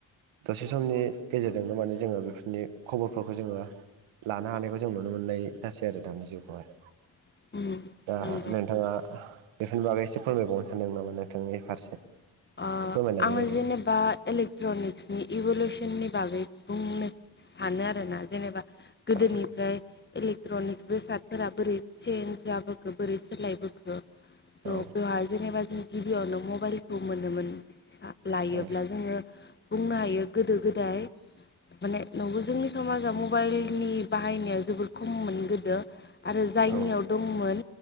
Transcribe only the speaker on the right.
दसे समनि गेजेरजोंनो माने जोङो बेफोरनि खबरफोरखौ जोङो लानो हानायखौ जों नुनो मोननाय जासै आरो दानि जुगावहाय
दा नोंथाङा बेफोरनि बागै एसे फोरमायबावनो सानदों नामा नोंथांनि फारसे
फोरमायनानै
होदो
औ
औ
औ
औ